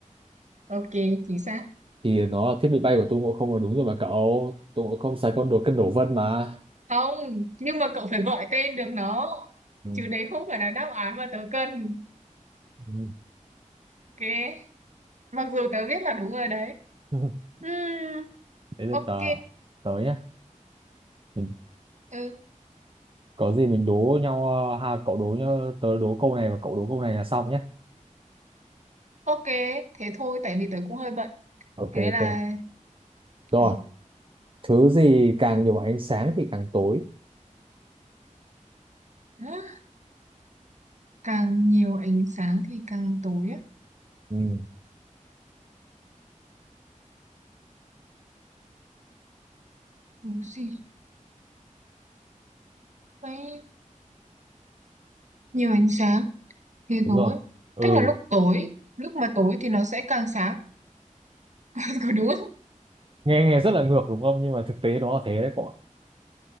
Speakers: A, on the right; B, on the right.
A: ok chính xác
B: thì nó là thiết bị bay của Tôn Ngộ không là đúng rồi mà cậu Tôn Ngộ không xài con đồ cân đổ vân mà
A: không nhưng mà cậu phải gọi tên được nó
B: ừ.
A: chứ đấy không phải là đáp án mà tớ cần
B: ừ.
A: ok mặc dù tớ biết là đúng rồi đấy
B: <laughs>
A: Ừm,
B: đấy là
A: ok
B: tớ tớ nhá mình
A: ừ
B: có gì mình đố nhau ờ, ha cậu đố nhá tớ đố câu này và cậu đố câu này là xong nhá
A: ok thế thôi tại vì tớ cũng hơi bận
B: ok
A: thế nên
B: ok
A: là
B: rồi
A: rồi
B: thứ gì càng nhiều ánh sáng thì càng tối
A: Hả? càng nhiều ánh sáng thì càng tối á
B: ừ,
A: đúng gì Đấy, nhiều ánh sáng thì
B: đúng
A: tối
B: rồi ừ
A: tức là lúc tối lúc mà tối thì nó sẽ càng sáng <laughs> có đúng không
B: nghe nghe rất là ngược đúng không nhưng mà thực tế nó là thế đấy cậu ạ.